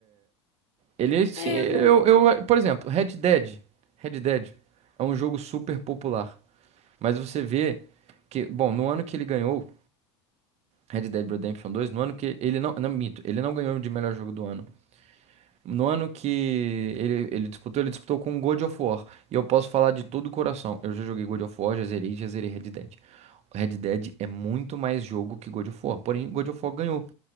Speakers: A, on the right; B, on the left.
A: ele sim,
B: É,
A: eu,
B: eu não.
A: eu, por exemplo, Red Dead. Red Dead é um jogo super popular, mas você vê que, bom, no ano que ele ganhou Red Dead Redemption dois, no ano que ele não, não, mito, ele não ganhou de melhor jogo do ano. No ano que ele, ele disputou, ele disputou com God of War. E eu posso falar de todo o coração. Eu já joguei God of War, já zerei, já zerei Red Dead. Red Dead é muito mais jogo que God of War. Porém, God of War ganhou.